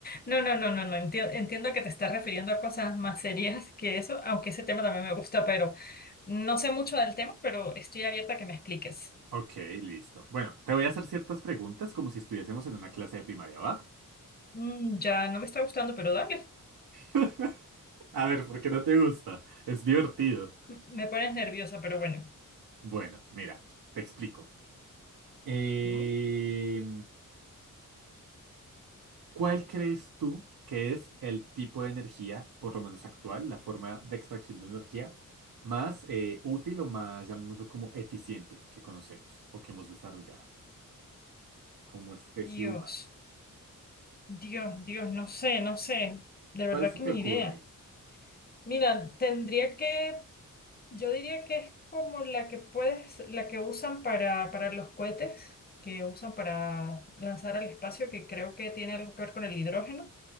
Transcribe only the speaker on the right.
Ok, listo. Bueno, te voy a hacer ciertas preguntas como si estuviésemos en una clase de primaria, ¿va?
<laughs> A ver, ¿por qué no te gusta? Es divertido.
Bueno, mira, te explico. Eh...
¿Cuál crees tú que es el tipo de energía, por lo menos actual, la forma de extracción de energía más eh, útil o más, llamémoslo como eficiente, que conocemos o que hemos desarrollado como especie
humana?
¿Cuál
se
te
ocurre?